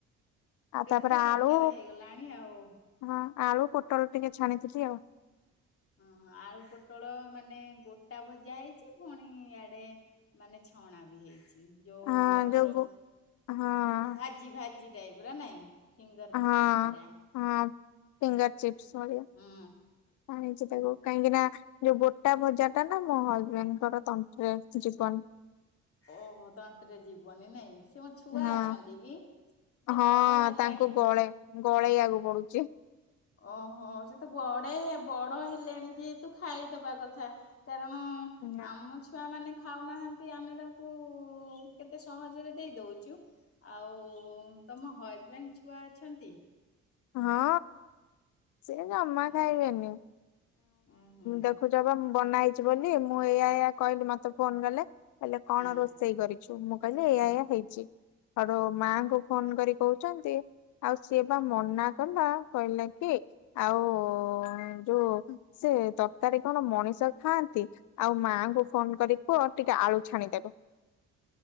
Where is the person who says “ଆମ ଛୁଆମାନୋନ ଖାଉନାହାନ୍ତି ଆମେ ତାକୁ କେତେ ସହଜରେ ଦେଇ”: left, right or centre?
Left